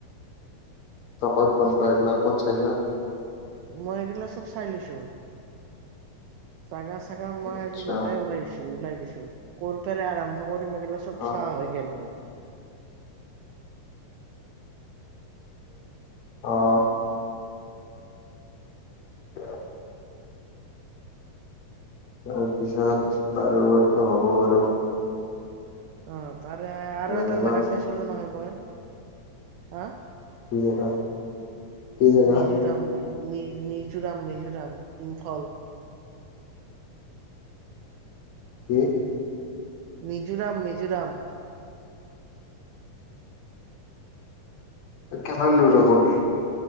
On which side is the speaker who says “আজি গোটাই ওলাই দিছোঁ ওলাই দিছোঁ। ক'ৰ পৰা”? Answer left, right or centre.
Right